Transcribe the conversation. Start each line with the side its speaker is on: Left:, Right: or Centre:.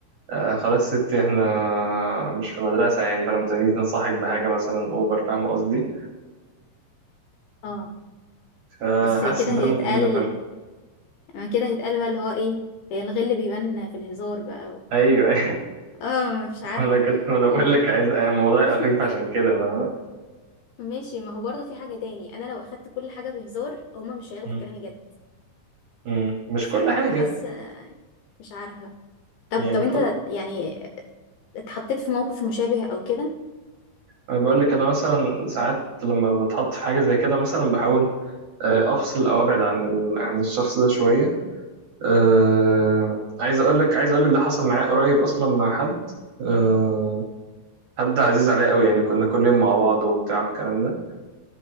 Right: آه خلاص ستي احنا مش في مدرسة يعني فلما تيجي تنصحك بحاجة مثلا اوفر فاهمة قصدي
Left: اه
Right: فحاسس
Left: بس كده
Right: ده
Left: هيتقال
Right: من ضمن الحلول
Left: يعني كده هيتقال بقى اللي هو ايه هي الغل بيبان في الهزار بقى و...
Right: ايوه ايوه
Left: اه مش عارفة
Right: <laughs> انا كنت ما أنا
Left: و...
Right: بقول لك عايز يعني الموضوع
Left: <laughs>
Right: يبقى خفيف عشان كده فاهم
Left: ماشي ما هو برضه في حاجة تاني انا لو اخدت كل حاجة بهزار هما مش هياخدوا
Right: م.
Left: كلامي جد
Right: م. مش
Left: فحاسة
Right: كل حاجه
Left: مش عارفة طب
Right: يعني
Left: طب
Right: مش
Left: انت
Right: قصد...
Left: يعني اتحطيت في موقف مشابه او كده
Right: انا بقول لك انا مثلا ساعات لما بتحط في حاجه زي كده مثلا بحاول آه، افصل او ابعد عن ال... عن الشخص ده شويه آه، عايز اقول لك عايز اقول لك ده حصل معايا قريب اصلا مع حد آه، حد عزيز عليا قوي يعني كنا كل يوم مع بعض وبتاع والكلام ده